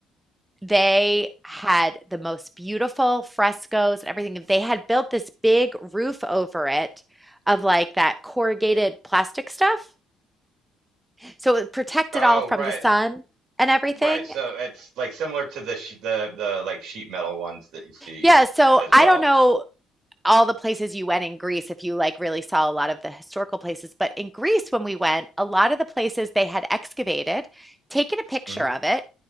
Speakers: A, in the centre; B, on the right.
A: they had the most beautiful frescoes and everything. They had built this big roof over it of like that corrugated plastic stuff. So it protected
B: Oh,
A: all from
B: right,
A: the sun and everything.
B: right. So it's like similar to the sh the the like sheet metal ones that you see
A: Yeah, so
B: as
A: I
B: well.
A: don't know all the places you went in Greece if you like really saw a lot of the historical places, but in Greece when we went, a lot of the places they had excavated, taken a picture
B: hmm
A: of it,